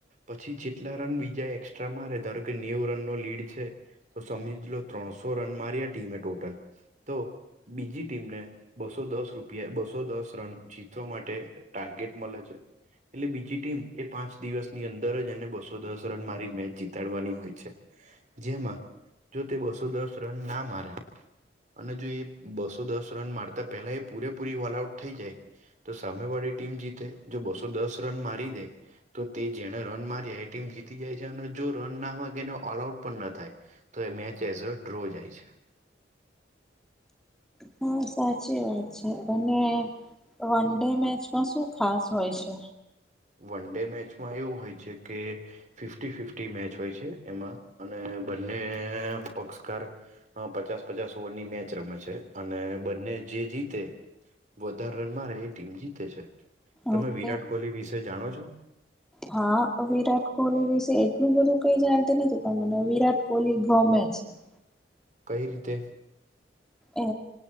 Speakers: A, on the right; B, in the centre.
A: પછી જેટલા રન બીજા એક્સ્ટ્રા મારે. ધારો કે નેવું રનનો લીડ છે. તો સમજી લો, ત્રણસો રન માર્યા ટીમે ટોટલ તો બીજી ટીમને બસો દસ. રૂપિયા બસો દસ રન જીતવા માટે ટાર્ગેટ મળે છે. એટલે બીજી ટીમ એ પાંચ દિવસની અંદર જ એને, બસો દસ રન મારી મેચ જીતાડવાની હોય છે. જેમાં જો તે બસો દસ રન ના મારે અને જો એ બસો દસ રન મારતા પહેલા એ પૂરેપૂરી ઓલ આઉટ થઈ જાય. તો સામે વાળી ટીમ જીતે. જો બસો દસ રન મારી દે. તો તે જેણે રન મારી્યા એ ટીમ જીતી જાય છે અને જો રન ના વાગે એને ઓલ આઉટ પણ ના થાય. તો એ મેચ એઝ ડ્રો જાય છે.
B: હ. સાચી વાત છે. અને વન ડે મેચમાં શું ખાસ હોય છે?
A: વન ડે મેચમાં એવું હોય છે કે ફિફ્ટી ફિફી મેચ હોય છે. એમાં અને બંને પક્ષકાર પચાસ પચાસ ઓવરની મેચ રમે છે અને બંને જે જીતે વધાર રન મારે ટીમ જીતે છે. તમે
B: ઓકે
A: વિરાટ કોહલી વિશે જાણો છો?
B: હા, વિરાટ કોહલી વિશે એટલું બધું કઈ જાણતી નથી, પણ મને વિરાટ કોહલી ગમે છે.
A: કઈ રીતે?
B: એ